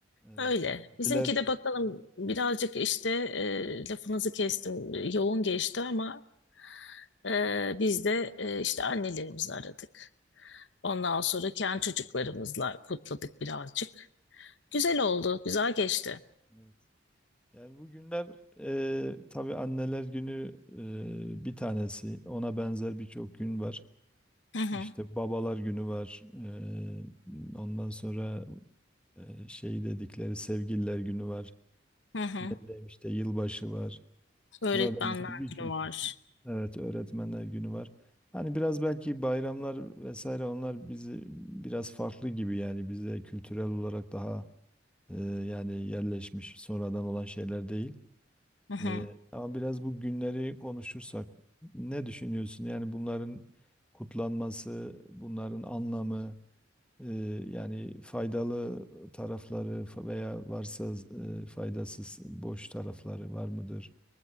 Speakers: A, in the centre; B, on the left.
A: Evet,
B: Öyle.
A: seninkiler.
B: Bizimki de bakalım birazcık işte e, lafınızı kestim yoğun geçti ama e, biz de e, işte annelerimizi aradık. Ondan sonra kendi çocuklarımızla kutladık birazcık. Güzel oldu, güzel geçti.
A: Evet. Yani bugünler e, tabii anneler günü e, bir tanesi. Ona benzer birçok gün var.
B: Hı hı,
A: İşte babalar günü var. E, ondan sonra e, şey dedikleri sevgililer günü var.
B: hı hı.
A: Ne bileyim işte yılbaşı var.
B: Öğretmenler
A: Buna benzer birçok
B: günü var.
A: gün. Evet, öğretmenler günü var. Hani biraz belki bayramlar vesaire onlar bizi biraz farklı gibi yani bizde kültürel olarak daha e, yani yerleşmiş sonradan olan şeyler değil.
B: Hı hı.
A: E, ama biraz bu günleri konuşursak ne düşünüyorsun? Yani bunların kutlanması, bunların anlamı, e, yani faydalı tarafları fa- veya varsa e, faydasız boş tarafları var mıdır?